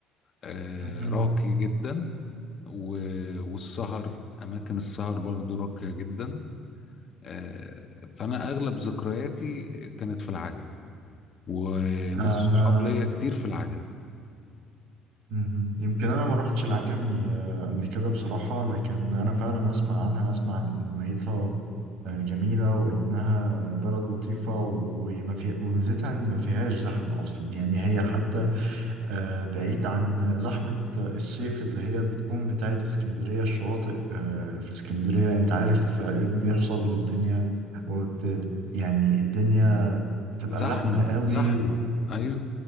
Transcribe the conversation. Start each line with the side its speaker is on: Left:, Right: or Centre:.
Left: آه
Right: م-م.
Left: راقي جدا و... والسهر أماكن السهر برضو راقية جدا آه، فانا اغلب ذكرياتي كانت في العجم وناس
Right: انا
Left: صحاب ليا كتير في العجم
Right: م-م. يمكن انا ما روحتش العجمي آه، قبل كده بصراحة لكن انا فعلا اسمع عنها اسمع ان ميتها آه، جميلة وانها بلد لطيفة وما في وميزتها ان ما فيهاش زحمة اصلا يعني هي حتى آه، بعيد عن زحمة الصيف اللي هي بتكون بتاعت اسكندرية الشواطئ آه، في اسكندرية انت عارف آه، ايه اللي بيحصل والدنيا وبت يعني الدنيا بتبقى
Left: زحمه
Right: زحمة قوي
Left: زحمه ايوه